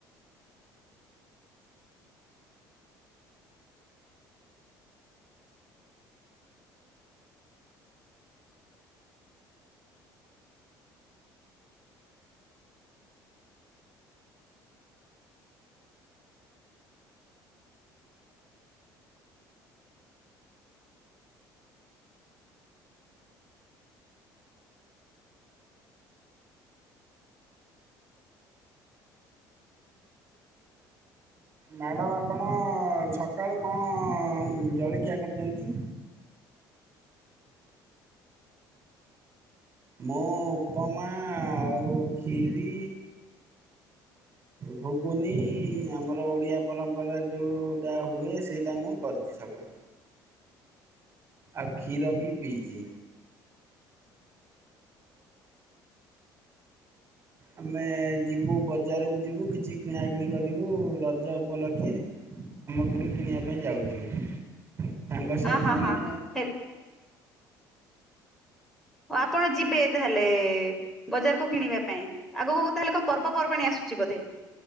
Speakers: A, on the right (about 30°); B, in the centre.
A: ନାଇଁ ମ୍ୟାମ୍ ଆପଣ ସକାଳୁ କଣ ଜଳଖିଆ କରିଛନ୍ତି? ମୁଁ ଉପମା ଆଉ ଖିରି ଘୁଗୁନି ଆମର ଓଡିଆ ପରମ୍ପରା ଯୋଉଟା ହୁଏ ସେଇଟା ମୁଁ କରିଚି। ଜି ସକାଳୁ ଆଉ କ୍ଷୀର ବି ପିଇଚି। ଆମେ ଯିବୁ ବଜାରକୁ ଯିବୁ କିଛି କିଣାକିଣି କରିବୁ ରଜ ଉପଲକ୍ଷେ। ସାମଗ୍ରୀ କିଣିବା ପାଇଁ ଯାଉଛୁ ସାଙ୍ଗସାଥି
B: ହଁ
A: ମାନେ
B: ହଁ ଓ ଆପଣ ଯିବେ ତାହେଲେ ବଜାରକୁ କିଣିବା ପାଇଁ? ଆଗକୁ ତା ହେଲେ କଣ ପର୍ବପର୍ବାଣି ଆସୁଛି ବୋଧେ।